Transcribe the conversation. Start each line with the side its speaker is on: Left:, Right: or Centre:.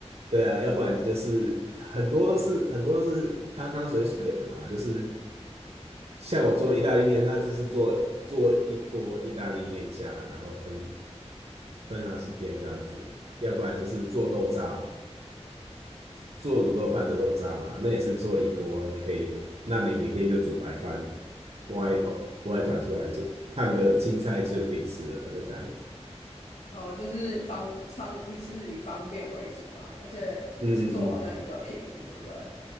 Right: 对啊，要不然就是很多都是很多都是汤汤水水的嘛，就是像我做意大利面，那就是做做一锅意大利面酱，然后分分好几天这样子，要不然就是做肉燥，做卤肉饭的肉燥嘛，那也是做一锅，你可以，那你每天就煮白饭，挖一口挖一团出来，煮，烫个青菜就是可以吃了，就这样。
Left: 哦，就是方方也是以方便为主啦，而且一次做好像也比较便宜，
Right: 嗯嗯嗯，
Left: 对不对？